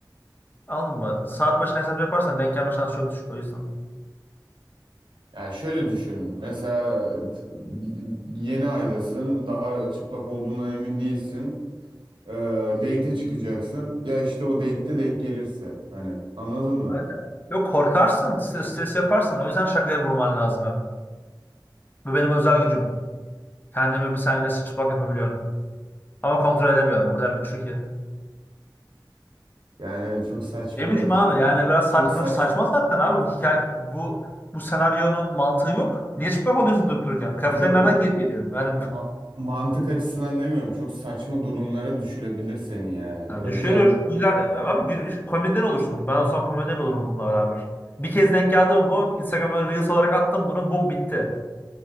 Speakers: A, on the left; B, on the right.
A: Anladın mı? Saat başına hesap yaparsan denk gelme şansı çok düşük o yüzden.
B: ya şöyle düşün mesela t- yeni aydasın daha çıplak olduğundan emin değilsin ee, date'e çıkacaksın ya işte o date'te denk gelirse hani anladın mı?
A: Evet. Yok korkarsın, stres, stres yaparsan o yüzden şakaya vurman lazım hep. Bu benim özel gücüm. Kendimi bir saniye sıçrapak yapabiliyorum. Ama kontrol edemiyorum o kadar güçlü ki.
B: Yani çok saçma
A: Ne bileyim abi yani biraz
B: çok
A: saç,
B: saç
A: yok saçma zaten abi bu hikaye. Bu bu senaryonun mantığı yok. Niye çıplak oluyorsun durup dururken? Kıyafetler
B: yok
A: nereden geri geliyor? Yani
B: ma-
A: bu,
B: mantık açısından demiyorum çok saçma durumlara düşürebilir seni yani
A: ya
B: Böyle
A: düşürür.
B: bir an
A: Güler, abi gü- komedyen olursun. Ben o zaman komedyen olurum bununla beraber. Bir kez denk geldi mi bu? Instagram'a Reels olarak attım bunu. Bum bitti.